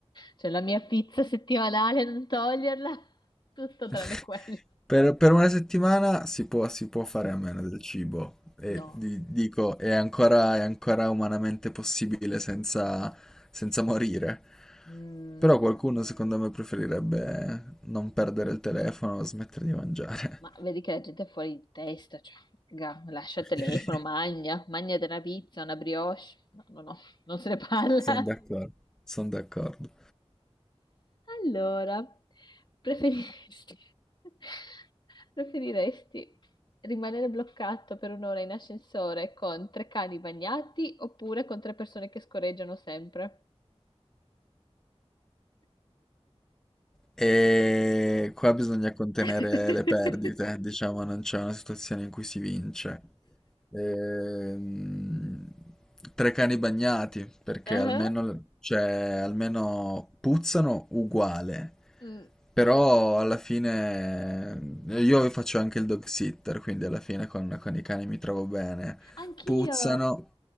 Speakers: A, on the left; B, in the centre.
A: Cioè, la mia pizza settimanale, non toglierla, <laughs> tutto
B: <laughs>
A: tranne quello.
B: Per, per una settimana si può, si può fare a meno del cibo. E
A: No,
B: di- dico, è ancora, è ancora umanamente possibile senza, senza morire.
A: Mm,
B: Però qualcuno,
A: no, no, no.
B: secondo me, preferirebbe non perdere il telefono, smettere di mangiare.
A: Ma vedi che la gente è fuori di testa, cioè, raga, lascia
B: <laughs>
A: il telefono, magna, magna della pizza, una brioche. No, no, no, non se ne parla.
B: Sono d'accordo, sono d'accordo.
A: Allora, preferiresti, <laughs> preferiresti rimanere bloccato per un'ora in ascensore con tre cani bagnati oppure con tre persone che scorreggiano sempre?
B: E qua bisogna contenere
A: <laughs>
B: le perdite, diciamo, non c'è una situazione in cui si vince. Ehm, tre cani bagnati, perché
A: Ah,
B: almeno, cioè, almeno puzzano uguale.
A: mm.
B: Però alla fine io faccio anche il dog sitter, quindi alla fine con, con i cani mi trovo bene.
A: Anch'io.
B: Puzzano,